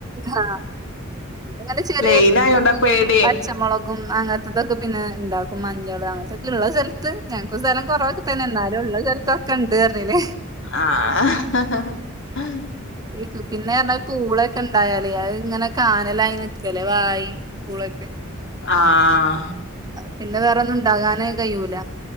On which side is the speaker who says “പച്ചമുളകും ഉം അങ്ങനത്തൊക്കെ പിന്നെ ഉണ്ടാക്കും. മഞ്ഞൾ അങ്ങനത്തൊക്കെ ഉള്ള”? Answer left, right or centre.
Right